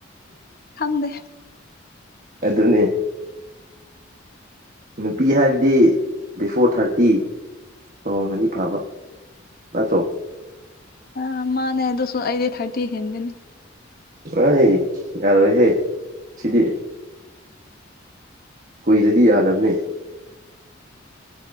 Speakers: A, on the left (about 50°); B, on the right (about 45°).
A: ꯈꯪꯗꯦ
B: ꯑꯗꯨꯅꯦ ꯅꯨꯄꯤ ꯍꯥꯏꯕꯗꯤ ꯕꯤꯐꯣꯔ ꯊꯥꯔꯇꯤ ꯂꯨꯍꯣꯡꯒꯅꯤ ꯐꯕ ꯅꯠꯇ꯭ꯔꯣ
A: ꯑꯥ ꯃꯥꯅꯦ ꯑꯗꯨꯁꯨ ꯑꯩꯗꯤ ꯊꯥꯔꯇꯤ ꯍꯦꯟꯒꯅꯤ
B: ꯑ ꯌꯥꯔ ꯑꯣꯏ ꯍꯦ ꯁꯤꯗꯤ ꯀꯨꯏꯔꯗꯤ ꯌꯥꯗꯕꯅꯦ